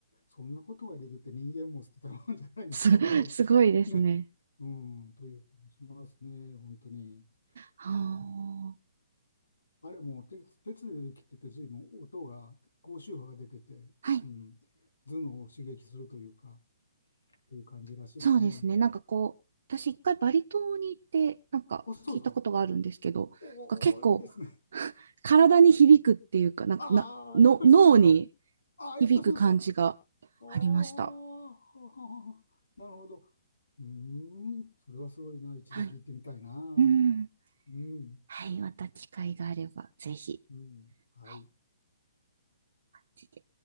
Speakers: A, on the left; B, on the right.
A: そんなことができるって人間も捨てたもんじゃないなと思って、
B: す、すごいですね。
A: <laughs> うん、という気がしますね、本当に。
B: はあ。
A: まあ、あれもう鉄鉄でできてて、随分音が、高周波が出てて、
B: はい。
A: うん、頭脳を刺激するというか、という感じらしいですね。
B: そうですね。なんかこう、私一回バリ島に行って、なんか聞いたことがあるんですけど、
A: あ、そうですか。
B: なんか結構
A: おーおー、いいですね。
B: <laughs> 体に響くっていうか、なんかな、
A: ああ、
B: の、
A: やっぱりそうですか。
B: 脳に
A: ああ、やっぱりそうですか。
B: 響く感じがありました。
A: ああ、<laughs> はははなるほど。うーん、それはすごいな。一度聞いてみたいな。
B: はい。うん。
A: うん、
B: はい。また機会があれば、ぜひ。
A: うん、はい。
B: はい